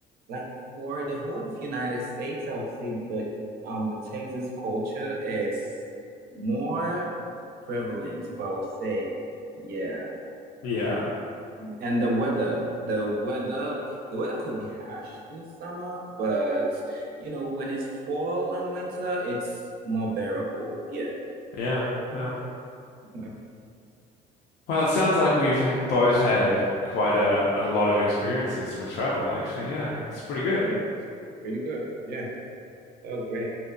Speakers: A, on the right (about 70°); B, on the left (about 75°).
A: like for the whole of United States, I would say the um the Texas culture is more prevalent, if I would say. Yeah.
B: yeah,
A: And the weather, the weather, the weather could be harsh in summer, but you know, when it's fall and winter, it's more bearable. Yeah.
B: yeah, yeah.
A: Yeah.
B: Well, it sounds like we've h- both had quite a, a lot of experiences with travel, actually. Yeah, it's pretty good.
A: Yeah. Pretty good. Yeah. That was great.